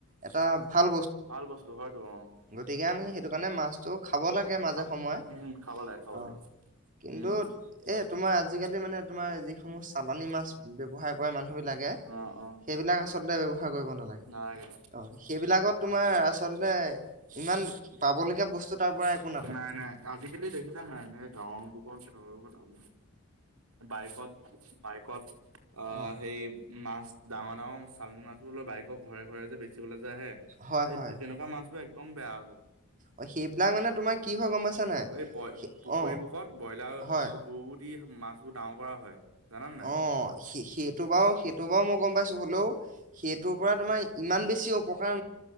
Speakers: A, on the right; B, on the right.
A: এটা ভাল
B: ভাল বস্তু হয়টো অ।
A: গতিকে
B: খাব
A: আমি সেইটো কাৰণে মাছটো খাব
B: লাগে
A: মাজে সময়ে
B: খাব লাগে
A: অ কিন্তু
B: উম
A: এ তোমাৰ আজিকালি মানে তোমাৰ যিসমূহ চালানী মাছ ব্যৱহাৰ কৰে মানুহ বিলাকে
B: অ অ
A: সেইবিলাক আচলতে ব্যৱহাৰ কৰিব নেলাগে
B: নালাগে।
A: অ সেইবিলাকত তোমাৰ আচলতে ইমান পাবলগীয়া বস্তু তাৰ পৰা একো নাপায়
B: নাই নাই আজিকালি দেখিছা নাই এনেকে গাঁওৰ বোৰত চহৰৰ কথা <unintelligible> বাইকত বাইকত আহ
A: অ
B: সেই মাছ ডাঙৰ ডাঙৰ চালনী মাছবোৰ লৈ বাইকৰ ঘৰে ঘৰে যে বেচিবলৈ যে আহে
A: হয়
B: সেই
A: হয়
B: তেনেকুৱা মাছবোৰ একদম বেয়া।
A: অ সেইবিলাক মানে তোমাৰ কি হয় গম পাইছা নাই
B: এই ব
A: সে-
B: পুখুৰী
A: অ
B: মুখত ব্ৰইলাৰ
A: হয়
B: গুবোৰ দি মাছ ডাঙৰ কৰা হয়। জানা নে নাই,
A: অ সেই সেইটো বাৰু সেইটো বাৰু মই গম পাইছো হ'লেও সেইটোৰ পৰা তোমাৰ ইমান বেছি অপকাৰ